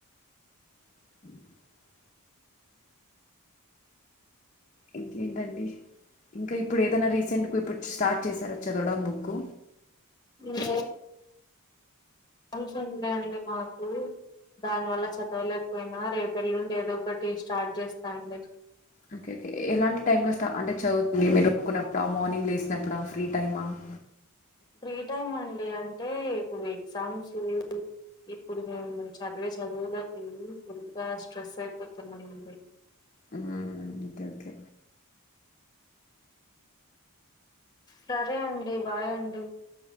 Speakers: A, on the left; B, on the left.
A: <inaudible> ఇంకెంటండి ఇంకా ఇప్పుడు ఏదైనా రీసెంట్ గా ఇప్పుడు స్టార్ట్ చేసారా చదవడం బుక్
B: ఇంకేం ఫంక్షన్ ఉండే అండి మాకు దాని వల్ల చదవలేకపోయినా రేపు ఎల్లుండి ఏదో ఒకటి స్టార్ట్ చేస్త అండి
A: ఓకే ఓకే ఎలాంటి టైమ్ లో స్టా అంటే చదువుతుండే మీరు అనుకున్నప్పుడా మార్నింగ్ లేేసినప్పుడా ఫ్రీ టైమ్ ఆ <inaudible>
B: ఫ్రీ టైం అండీ అంటే ఇప్పుడు ఎగ్జామ్స్ <unintelligible> ఇప్ ఇప్పుడు మేము చదివే చదువులకి వెళ్ళి ఫుల్ గా స్ట్రెస్ అయిపోతున్నామండి
A: హ్మ్ ఓకే ఒకే
B: సరే అండి బాయ్ అండి